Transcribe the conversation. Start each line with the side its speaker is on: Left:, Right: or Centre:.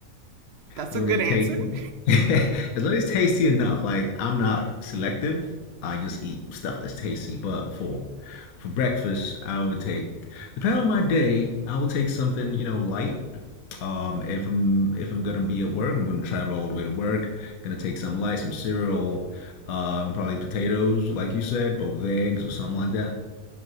Right: That's
Left: As
Right: a
Left: long
Right: good
Left: as it's
Right: answer.
Left: tasty. <laughs> As long as it's tasty enough. Like I'm not selective. I just eat stuff that's tasty. But for for breakfast, I would take depending on my day, I will take something, you know, light. Um, if I'm if I'm gonna be at work, I'm gonna travel all the way to work. Gonna take something light, some cereal, um, probably potatoes, like you said, both eggs or something like that.